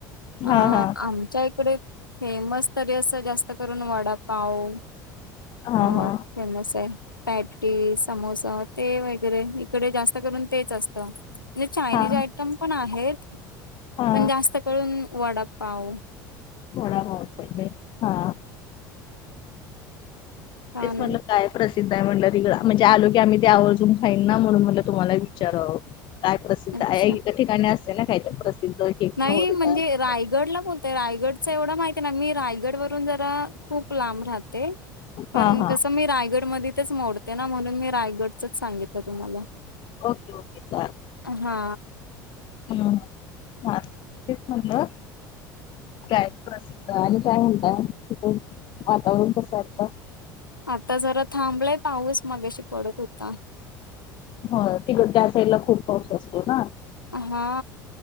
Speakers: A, on the left; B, on the left.
A: अ
B: हा हा
A: आमच्या इकडे फेमस तरी अस जास्त करून वडापाव
B: हा
A: अ
B: हा
A: फेमस आहे पॅटी समोसा वरे इडे जात असत म्हण
B: हा
A: पण आहेत
B: हा
A: पण जास्त करून वड पाव
B: थोडा बहत ले हा
A: छान
B: तेच म्हणलं काय प्रसिद्ध आहे म्हटलं तििकडं म्हणजे आलो की आम्ही ते आवजून खाईन ना म्हणून म्हटलं तुम्हाला विचारावं काय प्रसिद्ध
A: अच्छा
B: आहे एक ठिकाणी असते ना काही तर प्रसिद्ध
A: नाही
B: खाऊ तिथं
A: म्हणजे
B: आल्यानंतर
A: रायगडला बोलत ते रायगडच एवढं माहती आहे ना मी रायगड वरून जरा खूप लांब राहत पण
B: हा हा
A: कस मी रायगड म तेच मोडते ना म्हणून मी रायगडचच सांगितलं तुम्हाला
B: ओके ओके चालेल
A: हा
B: हम ह तेस म्हणलं काय प्रसिद्ध आणि काय म्हणत तिथ वातावरण कसत
A: आता जरा थांबलाय पाहस मग्याशी पडत होता
B: हो तिकड त्या साईडला खूप पाऊस असतो ना
A: हा